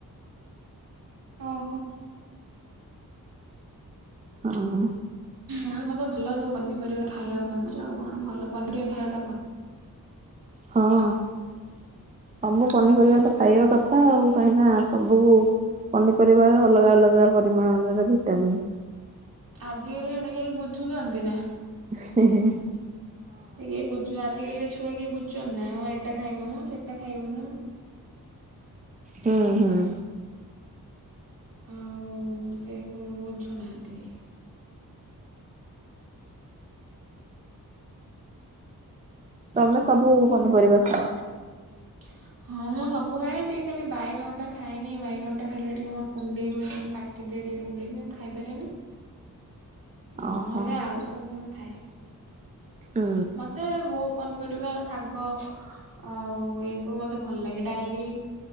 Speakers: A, on the right; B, on the right.
A: ଓହୋ।
B: ହଁ।
A: ଆଉ ମତେ ଭଲ ସବୁ ପନିପରିବା ଖାଇବା ପନିର ଆଉ କଣ ଭଲ ପନି ପରିବା ଖାଇବା ଟା ଭଲ।
B: ହଁ ସବୁ ପନିପରିବା
A: ମାନେ
B: ତ ଖାଇବା କ ଥାଉ କାହିଁକି ନା ସବୁ କୁ ପନିପରିବାର ଅଲଗା ଅଲଗା ପରିମାଣରେରେ ଭିଟାମିନ୍।
A: ଆଜିକାଲି ହେଟା କେହି ବୁଝୁଚନ୍ତି ନା।
B: ହିଁ-ହିଁ-ହିଁ।
A: ସେ କେହି ବୁଝୁ ଆଜି କାଲିିକା ଛୁଆ କେହି ବୁଚନା। ଆଁ ଏଟା ଖାଇମୁନୁ ସେଟା ଖାଇବୁନୁ।
B: ହଁ ହଁ।
A: ଆଉ ସେ ସବୁ ବୁଝୁନାହାନ୍ତି କେହି।
B: ତମେ ସବୁ ପନିପରିବା ଖାଅ?
A: ଆ <unintelligible> ହଁ ମୁଁ ସବୁ ଖାଏ। ଖାଲି ଟିକେ ଖାଲି ବାଇଗଣ ଟା ଖାଏନି। ବାଇଗଣ ଟା ଖାଇଲେ ଟିକେ ମୋର କୁଣ୍ଡେଇ ହୁଏ। ମାନେ ପା ସେଇଟା ଟିକେ କୁଣ୍ଡେଇ ହୁଏ। ମୁଁ ଖାଇପାରେନି।
B: ଓହୋ।
A: ନହେଲେ ଆଉ ସବୁ ମୁଁ ଖାଏ।
B: ହୁଁ
A: ମତେ ବୋହୁ ପନିପରିବା ଶାଗ ଆଉ ଏସବୁ ମତେ ଭଲ ଲାଗେ। ଡାଲି ହି